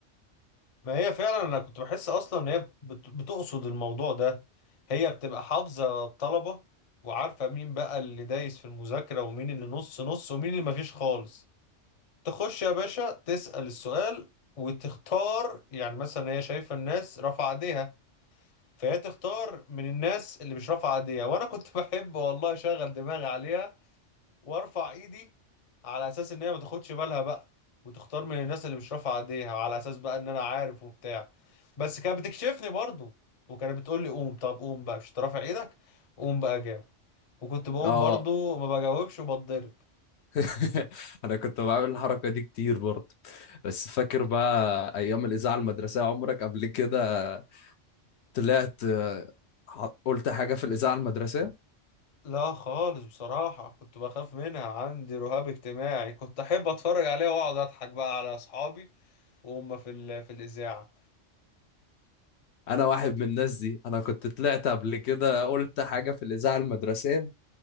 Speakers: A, on the left; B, on the left.
A: ما هي فعلا انا كنت بحس اصلا ان هي بت- بتقصد الموضوع ده هي بتبقى حافظة الطلبة وعارفة مين بقى اللي دايس في المذاكرة ومين اللي نص نص ومين اللي مفيش خالص تخش يا باشا تسأل السؤال وتختار يعني مثلا هي شايفة الناس رافعة ايديها فهي تختار من الناس اللي مش رافعة ايديها وانا كنت <laughs> بحب والله اشغل دماغي عليها وارفع ايدي على اساس ان هي ما تاخدش بالها بقى وتختار من الناس اللي مش رافعه ايديها وعلى اساس بقى ان انا عارف وبتاع بس كانت بتكشفني برضو وكانت بتقول لي قوم طب قوم بقى مش رافع ايدك قوم بقى جاوب وكنت بقوم
B: اه
A: برضو ما بجاوبش وبتضرب
B: <laughs> انا كنت بعمل الحركه دي كتير برضه بس فاكر بقى ايام الاذاعه المدرسيه عمرك قبل كده طلعت آه، ح- قلت حاجه في الاذاعه المدرسيه
A: لا خالص بصراحة كنت بخاف منها عندي رهاب اجتماعي كنت أحب أتفرج عليها وأقعد أضحك بقى على أصحابي وهم في ال... في الإذاعة
B: انا واحد من الناس دي انا كنت طلعت قبل كده قلت حاجه في الاذاعه المدرسيه